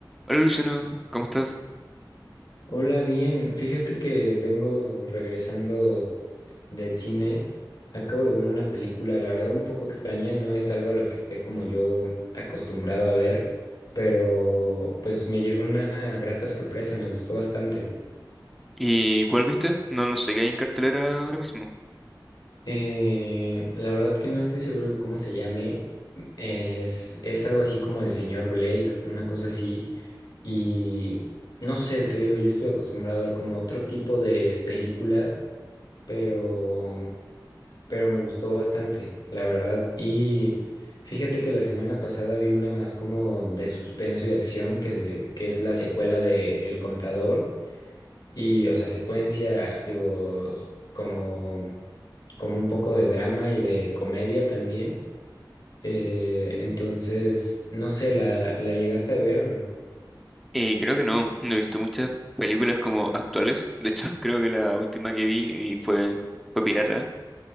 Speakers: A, in the centre; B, on the left.
A: Hola Luciano, ¿cómo estás?
B: Hola, bien. Fíjate que vengo regresando del cine. Acabo de ver una película, la verdad, un poco extraña. No es algo a lo que esté como yo acostumbrado a ver, pero pues me llevé una grata sorpresa, me gustó bastante.
A: ¿Y cuál viste? No, no sé qué hay en cartelera ahora mismo.
B: Eh, la verdad que no estoy seguro de cómo se llame. Es, es algo así como El Señor Blake, una cosa así. Y no sé, te digo, yo estoy acostumbrado a ver como otro tipo de películas, pero... pero me gustó bastante, la verdad. Y fíjate que la semana pasada vi una más como de suspenso y acción, que, se- que es la secuela de El Contador. Y, o sea, secuencia, digo, s- como, como un poco de drama y de comedia también. Eh, entonces, no sé, ¿la, la llegaste a ver o no?
A: Eh, creo que no, no he visto muchas películas como actuales. De hecho, <laughs> creo que la última que vi y fue, fue pirata,